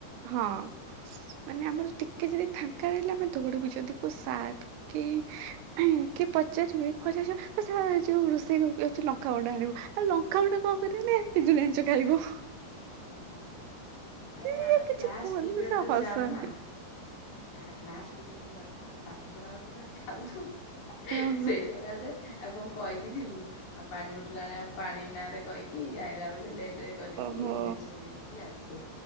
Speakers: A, on the right; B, on the left.
A: ହଁ ମାନେ ଆମର ଟିକେ ଯଦି ଫାଙ୍କା ରହିଲା ଆମେ ଦୌଡିବୁ ଯଦି କୋଉ ସାର୍ କି ହୁକିଏ ପଚାରିବେ କୁଆଡେ ଯାଇଛ ସିଏ ପା ଏ ଯୋଉ ରୋଷେଇ ଘରୁ ଲଙ୍କା ଗୁଣ୍ଡ ଆଣିବୁ ଆଉ ଲଙ୍କା ଗୁଣ୍ଡ କଣ କରିବେ ନା ଆମେ ପିଜୁଲି ଆନିଛୁ ଖାଇବୁ।
B: ହୁଁ। ନାଇଁ
A: ସେ
B: ନାଇଁ
A: ବି
B: ଆମେ
A: ଆଉ କିଛି
B: କ୍ଲାସ
A: କୁହନ୍ତିନି
B: ପିୟଡରେ
A: ସେ ହସନ୍ତି।
B: ଯାଉ ନା କା କ୍ଲାସ୍ ପିରିୟଡରେ ଯାଉନା ପାଠ ପଢାଉିବ ଖାଉଥିବୁ
A: ଓହୋ
B: ସେଇ ଜାଗା ଯେ <unintelligible> ଆଉ କଣ କହିକି ଯିବୁ ଆଉ ପାଣି ବୋଟଲ ଆଣିଲା ଆଉ ପାଣି ନାଁ ରେ କହିକି ଆଇଲା ବେଳେ ଲେଟ ରେ କରିକି
A: ଓହୋ
B: ତିନି ଜିନିଷ ନେଇକି ଆସୁ